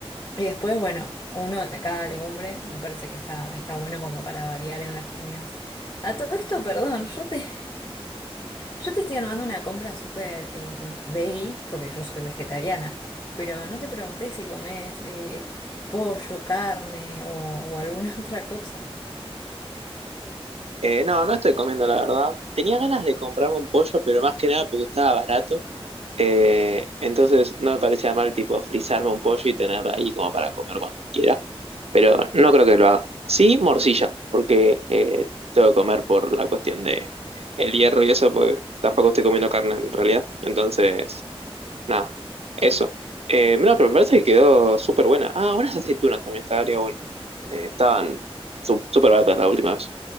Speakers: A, on the left; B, on the right.
A: Y después, bueno, uno de cada legumbre, me parece que está, está bueno como para variar en las comidas. A todo esto, perdón, yo te, yo te estoy armando una compra súper eh, veggie, porque yo soy vegetariana, pero no te pregunté si comes eh, pollo, carne o, o alguna <laughs> otra cosa.
B: Eh, no, no estoy comiendo, la verdad. Tenía ganas de comprarme un pollo, pero más que nada porque estaba barato. Eh, entonces no me parecía mal, tipo, frizarme un pollo y tener ahí como para comer cuando quiera. pero no creo que lo haga. Sí, morcilla, porque eh, tengo que comer por la cuestión de el hierro y eso, pues tampoco estoy comiendo carne en realidad. Entonces, nada, eso. Eh, no, pero me parece que quedó súper buena. Ah, unas aceitunas también estaría bueno. Eh, estaban su- súper baratas la última vez.